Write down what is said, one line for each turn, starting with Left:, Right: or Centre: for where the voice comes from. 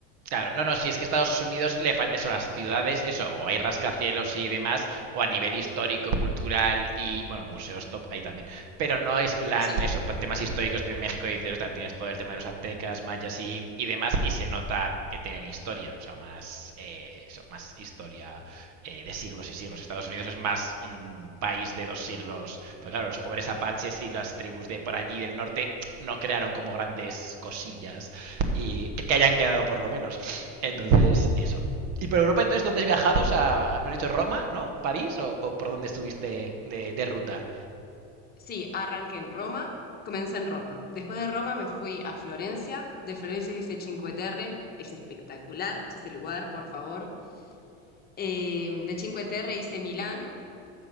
Right: Claro, no, no, si es que Estados Unidos le falta eso, las ciudades, eso, o hay rascacielos y demás, o a nivel histórico, cultural y, bueno, museos top ahí también. Pero no es plan
Left: Sí.
Right: eso, plan temas históricos que en México dices, "Ostras, tienes todo el tema de los aztecas, mayas y, y demás, y se nota que tienen historia, o sea, más, eh, eso, más historia eh, de siglos y siglos. Estados Unidos es más un país de dos siglos, porque claro, los pobres apaches y las tribus de por allí del norte no crearon como grandes cosillas y que, que hayan quedado por lo menos. Entonces, eso. Y por Europa, entonces, ¿dónde has viajado? O sea, me has dicho Roma, ¿no? ¿París? ¿O, o por dónde estuviste de, de ruta?
Left: Sí, arranqué en Roma, comencé en Roma. Después de Roma me fui a Florencia. De Florencia hice Cinque Terre, es espectacular ese lugar, por favor. Eh, de Cinque Terre hice Milán,